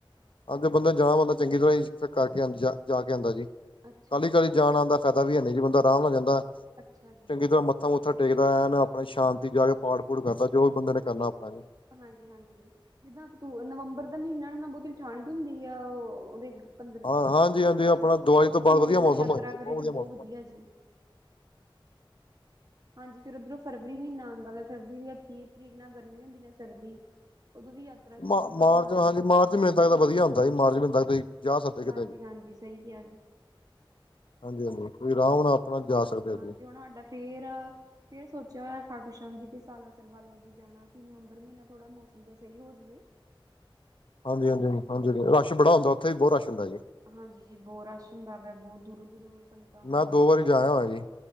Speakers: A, on the left; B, on the right.
A: ਹਾਂਜੀ ਬੰਦਾ ਜਾਣਾ ਬੰਦਾ ਚੰਗੀ ਤਰ੍ਹਾਂ ਹੀ ਫਿਰ ਕਰਕੇ ਜਾਕੇ ਆਉਂਦਾ ਜੀ। ਕਾਹਲੀ
B: ਅੱਛਾ ਜੀ
A: ਕਾਹਲੀ ਜਾਣ ਆਉਣ ਦਾ ਫਾਇਦਾ ਵੀ ਹੈ ਨਹੀਂ ਜੀ ਬੰਦਾ ਆਰਾਮ ਨਾਲ ਜਾਂਦਾ
B: ਅੱਛਾ ਜੀ
A: ਚੰਗੀ ਤਰ੍ਹਾਂ ਮੱਥਾ ਮੱਥਾ ਟੇਕ ਆਇਆ ਆਪਣੇ ਸ਼ਾਂਤੀ ਜਾ ਕੇ ਪਾਠ ਪੂਠ ਕਰਦਾ ਜੋ ਵੀ ਬੰਦੇ ਨੇ ਕਰਨਾ ਆਪਣਾ
B: ਹਾਂਜੀ ਹਾਂਜੀ ਜੀ ਜਿੱਦਾਂ ਅਕਤੂਬਰ ਨਵੰਬਰ ਦਾ ਮਹੀਨਾ ਨਾ ਬਹੁਤੀ ਠੰਡ ਹੁੰਦੀ ਆ ਉਹ ਉਹਦੇ ਸਤਬੰਰ ਸਟਾਰਟਿੰਗ
A: ਹਾਂ ਹਾਂਜੀ ਹਾਂਜੀ ਆਪਣਾ
B: ਚ
A: ਦੀਵਾਲੀ
B: ਉਹ
A: ਤੋਂ
B: ਮਹੀਨੇ
A: ਬਾਅਦ ਵਧੀਆ
B: ਚ ਬੰਦਾ
A: ਮੌਸਮ
B: ਯਾਤਰਾ
A: ਹੋ ਜਾਂਦਾ ਜੀ,
B: ਕਰੇ ਤਾਂ ਬਹੁਤ
A: ਮੌਸਮ
B: ਵਧੀਆ
A: ਹੋ ਜਾਂਦਾ
B: ਜੀ। ਹਾਂਜੀ ਫਿਰ ਉਧਰੋਂ ਫਰਵਰੀ ਮਹੀਨਾ ਆਉਂਦਾ ਵਾ ਫਰਵਰੀ ਦੀ ਅੱਖੀ ਤਰੀਕ ਨਾਲ ਗਰਮੀਂ ਹੁੰਦੀ ਨਾ। ਸਰਦੀ ਉਦੋਂ ਵੀ ਯਾਤਰਾ ਕੀਤੀ
A: ਮਾ
B: ਬਹੁਤ
A: ਮਾਰਚ
B: ਵਧੀਆ।
A: ਹਾਂਜੀ ਮਾਰਚ ਮਹੀਨੇ ਤੱਕ ਤਾਂ ਵਧੀਆ ਹੁੰਦਾ ਸੀ ਮਾਰਚ ਮਹੀਨੇ ਤੱਕ ਤੁਸੀਂ ਜਾ ਸਕਦੇ ਕਿਤੇ
B: ਹਾਂਜੀ
A: ਵੀ
B: ਹਾਂਜੀ ਸਹੀ ਕਿਹਾ ਜੀ
A: ਹਾਂਜੀ ਹਾਂਜੀ ਕੋਈ ਆਰਾਂਮ ਨਾਲ ਆਪਣਾ ਜਾ ਸਕਦੇ। ਹੋ
B: ਹਾਂਜੀ
A: ਜੀ
B: ਹੁਣ ਸਾਡਾ ਫਿਰ ਫਿਰ ਸੋਚਿਆ ਹੋਇਆ ਖਾਟੂ ਸ਼ਾਮ ਜੀ ਤੇ ਸਾਲਾ ਸਰ ਬਾਲਾ ਜੀ ਜਾਣਾ। ਅਸੀਂ ਨਵੰਬਰ ਮਹੀਨਾ ਥੋੜਾ ਮੌਸਂਮ ਜਾ ਸਹੀ ਹੋ ਜਾਵੇ।
A: ਹਾਂਜੀ ਹਾਂਜੀ ਹਾਂਜੀ ਹਾਂਜੀ ਰਸ਼ ਬੜਾ ਹੁੰਦੈ ਉਥੇ ਬਹੁਤ ਰਸ਼ ਹੁੰਦਾ ਜੇ।
B: ਹਾਂਜੀ ਜੀ ਬਹੁਤ ਰਸ਼ ਹੁੰਦਾ ਵੈ ਬਹੁਤ ਦੂਰੋਂ ਦੂਰੋਂ ਸੰਗਤਾਂ ਆਂਦੀਆਂ
A: ਮੈਂ ਦੋ
B: ਵੇ
A: ਵਾਰੀ ਜਾ ਆਇਆ ਹੋਇਆ ਜੀ